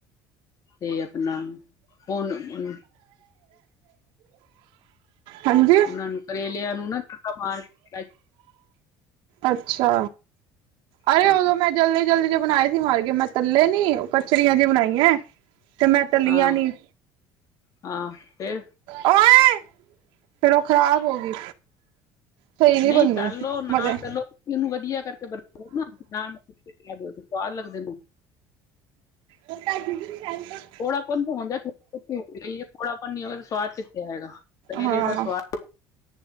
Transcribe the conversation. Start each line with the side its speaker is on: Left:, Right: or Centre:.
Left: ਤੇ ਆਪਣਾ ਹੁਣ ਉ
Right: ਹਾਂਜੀ
Left: ਉਹਨਾਂ ਨੂੰ ਕਰੇਲਿਆਂ ਨੂੰ ਨਾ ਤੜਕਾ ਮਾਰਕੇ <inaudible>
Right: ਅੱਛਾ, ਅਰੇ
Left: ਪਾ
Right: ਉਦੋਂ
Left: ਕੇ
Right: ਮੈਂ ਜਲਦੀ ਜਲਦੀ ਚ ਬਣਾਏ ਸੀ ਮਰ ਗਏ, ਮੈਂ ਤਲੇ ਨੀ ਉਹ ਕਚਰੀਆਂ ਜੀ ਬਣਾਈਆ ਤੇ ਮੈਂ ਤੱਲੀਆਂ
Left: ਹਾਂ
Right: ਨੀ।
Left: ਹਾਂ, ਫਿਰ?
Right: ਓਏ, ਫੇਰ ਉਹ ਖ਼ਰਾਬ ਹੋ ਗਈ। ਸਹੀ ਨੀ
Left: ਨਹੀਂ
Right: ਬਣਨੀ
Left: ਤਲੋ ਨਾ
Right: ਮਗਰ
Left: ਤਲੋ ਇਹਨੂੰ ਵਧੀਆ ਕਰਕੇ ਬਣਾਓ ਨਾ ਨਾਲ ਭਿੰਡੀਆਂ ਦਿੳ ਤਾਂ ਸਵਾਦ ਲੱਗਦੇ ਨੇ
Right: ਮੋਟਾ ਜੀ ਦੀ ਸ <unintelligible>
Left: ਕੌੜਾਪਨ ਤਾਂ ਹੁੰਦਾ <unintelligible> ਕੌੜਾਪਨ ਨੀ ਹੋਏਗਾ ਤਾਂ ਸਵਾਦ ਕਿੱਥੋ ਆਏਗਾ ਕਰੇਲੇ
Right: ਹਾਂ
Left: ਦਾ ਸਵਾਦ